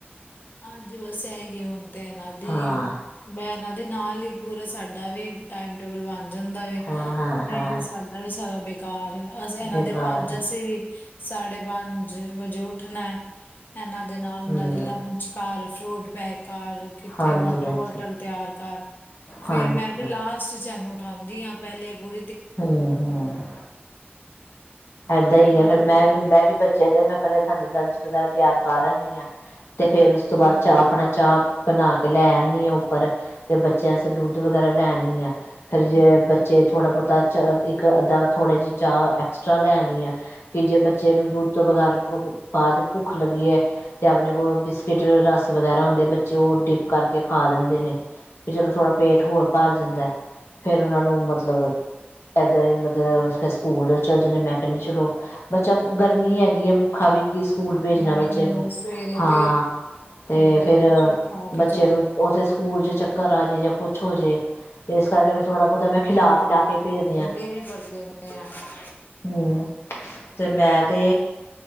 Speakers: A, on the left; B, on the left.
A: ਹਾਂਜੀ, ਬਸ ਏਹ ਹਿ ਏ ਹੁਣ ਤੇ ਇਹਨਾਂ ਦੀ
B: ਹਾਂ
A: ਮੈ ਇਹਨਾ ਦੇ ਨਾਲ ਹੀ, ਪੂਰਾ ਸਾਡਾ ਵੀ ਟਾਈਮ - ਟੇਬਲ ਬਣ ਜਾਂਦਾ ਵੇਂ।
B: ਹਾਂ ਹਾਂ
A: ਨਹੀਂ
B: ਹਾਂ
A: ਤੇ ਸਾਡਾ ਵੀ ਸਾਰਾ ਬੇਕਾਰ ਹਿ ਆ, ਅਸੀਂ ਇਹਨਾਂ
B: ਬੇਕਾਰ
A: ਦੇ ਪਾਜ ਅਸੀੇ ਵੀ ਸਾਢੇ ਪੰਜ ਵਜੇ ਉੱਠਣਾ ਹੈ। ਇਹਨਾਂ ਦੇ ਨਾਲ ਇਹਨਾਂ
B: ਹੂੰ
A: ਦੇ ਲੰਚ। ਕਾਰ ਫਰੂਟ ਪੈਕ ਕਾਰ। ਕਿੱਥੇ
B: ਹਾਂਜੀ
A: ਵਾਟਰ ਬੋਟਲ
B: ਹਾਂਜੀ
A: ਤਿਆਰ ਕਰ, ਫੇਰ
B: ਹਾਂਜੀ
A: ਮੈਂ ਤੇ ਲਾਸਟ ਚ ਐਨੂੰ ਉਠਾਉਂਦੀ ਹਾਂ। ਪਹਿਲੇ ਪੂ-
B: ਹੂੰ-ਹੂੰ। ਇੱਦਾਂ
A: ਫਿਰ
B: ਹੀ ਹੈ।
A: ਬਸ
B: ਫੇਰ ਮੈਂ ਵੀ- ਮੈਂ ਵੀ ਬੱਚੇ ਦੇ ਮੈਂ ਪਹਿ ਥਾਲੀ ਲੰਚ ਵਗੈਰਾ, ਤਿਆਰ ਕਰ ਆਂਦੀ ਹਾਂ। ਤੇ ਫੇਰ ਉਸ ਤੋਂ ਬਾਅਦ,
A: ਹਮ,
B: ਚਾਹ ਆਪਣਾ ਚਾਹ ਬਣਾ ਕੇ ਲੈ ਆਉਂਣੀ ਆ, ਉੱਪਰ ਤੇ ਬੱਚਿਆਂਸ ਤੇ ਦੁੱਧ ਵਗੈਰਾ ਲੈ ਆਉਂਨੀ ਆ। ਫੇਰ ਜੇ
A: ਹਮ,
B: ਬਚੇ ਥੋੜਾ ਬਹੁਤਾ ਚ ਇੱਕ ਅੱਧਾ ਥੋੜੀ ਜਿਹਾ ਚਾਹ ਐਕਸਟਰਾ ਲੈ ਆਣੀ ਆ। ਕਿ ਜੇ ਬੱਚੇ ਨੂੰ ਦੁੱਧ ਤੋਂ ਵਗੈਰਾ ਬਾਅਦ ਭੁੱਖ ਲੱਗੀ ਹੈ। ਤੇ ਆਪਣੇ ਕੋਲ ਬਿਸਕਿਟ, ਰਸ ਵਗੈਰਾ ਹੁੰਦੇ ਬੱਚੇ ਉਹ ਡਿਪ ਕਰਕੇ ਖਾ ਲੈਂਦੇ ਨੇ। ਵੀ ਜਦੋਂ ਥੋੜਾ ਪੇਟ ਹੋਰ ਭਰ ਜਾਂਦਾ ਏ। ਫੇਰ ਉਹਨਾਂ ਨੂੰ ਮਤਲਬ, ਏਦਾਂ ਹੀ ਮਤਲਬ ਫੇਰ ਸਕੂਲ। ਚੱਲ ਜਾਂਦੇ। ਮੈਂ ਕਹਿੰਨੀ ਚਲੋ, ਬੱਚਾ ਗਰਮੀ ਹੈਗੀ ਹੈ। ਭੁੱਖਾ ਵੀ ਕਿ ਸਕੂਲ ਭੇਜਣਾ
A: ਨਹੀਂ
B: ਬੱਚੇ
A: ਨਹੀਂ
B: ਨੂੰ,
A: ਸਵੇਰੇ
B: ਹਾਂ
A: ਤੇ
B: ਤੇ
A: ਹੁੰਦਾ ਹੈ
B: ਫੇਰ
A: ਕੁਛ ਵੀ ਖਾ
B: ਬੱਚੇ
A: ਕੇ ਜਾਣ
B: ਨੂੰ ਉਥੇ ਸਕੂਲ ਚ ਚੱਕਰ ਆ ਜੇ, ਜਾਂ ਕੁਛ ਹੋ ਜੇ। ਤੇ ਇਸ ਕਰਕੇ ਫੇਰ ਥੋੜਾ ਬਹੁਤਾ ਮੈਂ ਖਿਲਾ- ਪਿਲਾ ਕੇ ਭੇਜਦੀ ਹਾਂ।
A: ਵੇ ਕਰਦੇ ਨੇ। ਹ <unintelligible>
B: ਹੂੰ, ਤੇ ਮੈਂ ਤੇ